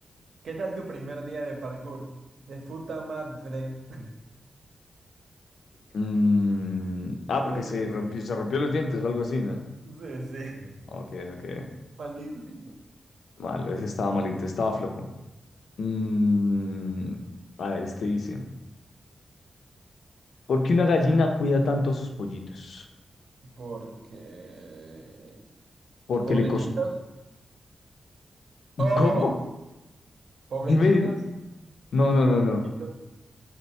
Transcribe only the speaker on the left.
Mm, ah,
porque
se rompió, se rompió los dientes o algo así, ¿no?
Ok, ok.
Malo, ese estaba malito, estaba flojo. Mm, a ver, este dice, ¿por qué una gallina cuida tanto a sus pollitos?
Porque
le costó... <laughs>
¿Cómo?
Dime, dime. No,
no,
no, no.